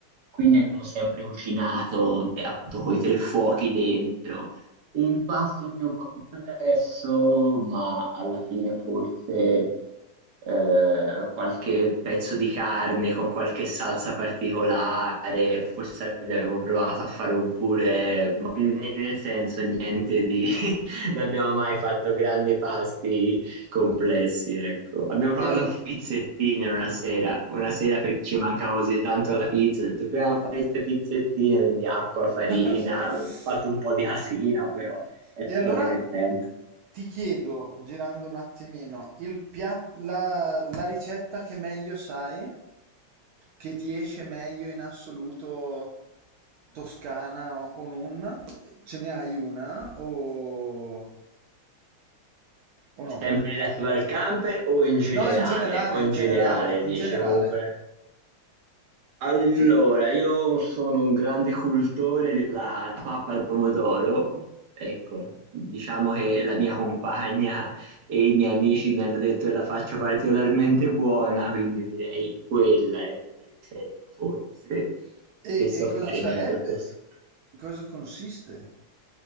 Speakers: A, on the right; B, on the right.
A: quindi abbiamo sempre cucinato, de- appunto, con i tre fuochi dentro. Il pasto più complesso, ma alla fine forse eh, qualche pezzo di carne con qualche salsa particolare, forse abbiamo provato a fare un pure, ma nel senso niente di... <laughs> non abbiamo mai fatto grandi pasti complessi, ecco. Abbiamo provato
B: E, al-
A: a fare pizzettine una sera, una sera perché ci mancava così tanto la pizza, ho detto proviamo a fare queste pizzettine, quindi acqua, farina,
B: <laughs>
A: ho fatto un po' di casino, però è
B: E allora
A: stato divertente.
B: ti chiedo, girando un attimino, il pia- la, la ricetta che meglio sai, che ti esce meglio in assoluto toscana o non? Ce ne hai una o, o
A: Sempre
B: no?
A: relativa al camper o in generale?
B: No, in generale,
A: O in
B: in generale,
A: generale, dice
B: in generale.
A: comunque la Allora,
B: In ge-
A: io sono un grande cultore della pappa al pomodoro, ecco, diciamo che la mia compagna e i miei amici mi hanno detto che la faccio particolarmente buona, quindi direi quella è la ricetta forse
B: e,
A: che so
B: e cosa
A: fare
B: sarebbe?
A: meglio a posto.
B: In cosa consiste?